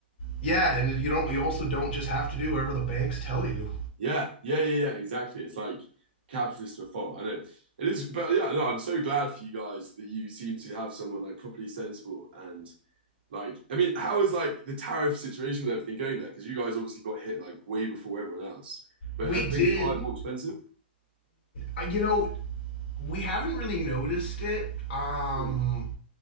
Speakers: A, on the left; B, on the right.
A: yeah, and you don't. You also don't just have to do whatever the banks tell you.
B: Yeah, yeah, yeah, yeah, exactly. It's like capitalist to a fault. I know it is, but yeah, no, I'm so glad for you guys that you seem to have someone like properly sensible and like. I mean, how is like the tariff situation with everything going there? Because you guys obviously got hit like way before everyone else. But
A: We
B: are things
A: did.
B: quite more expensive?
A: uh, You know, we haven't really noticed it. Um,
B: Hmm,